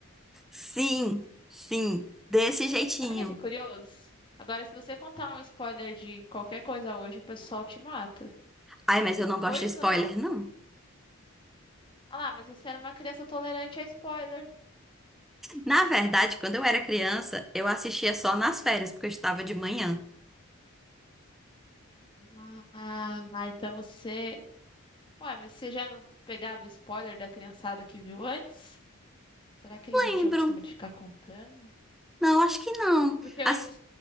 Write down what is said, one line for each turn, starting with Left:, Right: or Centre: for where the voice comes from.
Centre: Sim, sim, desse
Left: Olha,
Centre: jeitinho.
Left: olha que curioso. Agora, se você contar um spoiler de qualquer coisa hoje, o pessoal te mata.
Centre: Ai, mas
Left: Que
Centre: eu não
Left: coisa,
Centre: gosto de spoiler,
Left: não?
Centre: não.
Left: Ah lá, mas você era uma criança tolerante a spoiler.
Centre: Na verdade, quando eu
Left: Pro-
Centre: era criança, eu assistia só nas férias, porque eu estava de manhã.
Left: Ah, ah, então você. Ué, mas você já não pegava spoiler da criançada que viu antes? Será que eles não tinham
Centre: Lembro.
Left: costume de ficar contando?
Centre: Não, acho que não.
Left: Porque
Centre: As-
Left: hoje,